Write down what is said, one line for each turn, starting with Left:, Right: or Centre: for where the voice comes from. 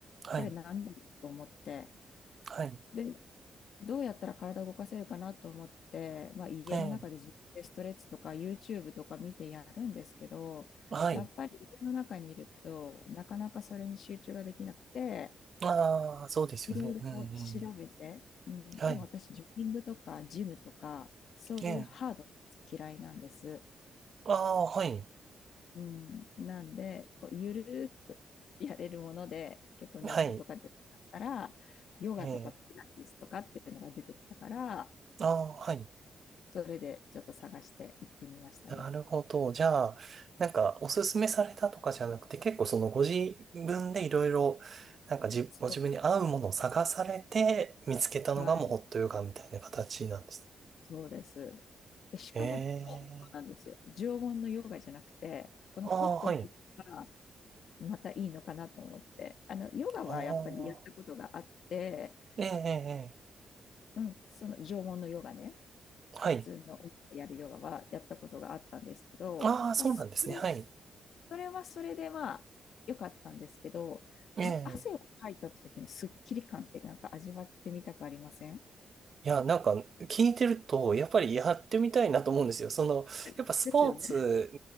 Right: はい、
Left: これなんだろうと思って、
Right: はい、
Left: で、どうやったら体を動かせるかなと思って、まあ、家の中で自分でストレッチとか
Right: ええ、
Left: YouTube とか見てやるんですけど、
Right: はい。
Left: やっぱり家の中にいると、なかなかそれに集中ができなくて、
Right: ああ、そうですよね。
Left: いろいろこう調べて、
Right: うん、うん。
Left: うん、
Right: はい、
Left: でも私、ジョギングとかジムとか、そういうハードなやつ嫌いなんです。
Right: ええ、ああ、はい、
Left: うん、なんで、こうゆるーくやれるもので、結構ネットとかで探したら、
Right: はい。
Left: ヨガとかピラティスとかっていうのが出てきたから、
Right: ええああ、はい。
Left: それでちょっと探して行ってみましたね。
Right: なるほど。じゃあ、なんか、おすすめされたとかじゃなくて、結構そのご自分でいろいろ、なんかじ、
Left: そう、
Right: ご自分に合うものを探されて、見つけたのがもうホットヨガみたいな形なんです。
Left: はい、そうです。で、しかもホットなんですよ。
Right: ええ
Left: 常温のヨガじゃなくて、このホットっていうのが、
Right: ー。ああ、はい。
Left: またいいのかなと思って。あの、ヨガはやっぱりやったことがあって、
Right: ああ、ええええええ
Left: うん、その縄文のヨガね、
Right: はい。
Left: 普通のやるヨガはやったことがあったんですけど、
Right: ああ、そうなんですね。
Left: まあ、それ、
Right: はい。
Left: それはそれでまあ良かったんですけど、この汗をかいた時のスッキリ感ってなんか味わってみたくありません
Right: ええいや、なんか聞いてると、やっぱりやってみたいなと思うんですよ。その、
Left: <laughs>
Right: やっぱスポーツ
Left: ですよね。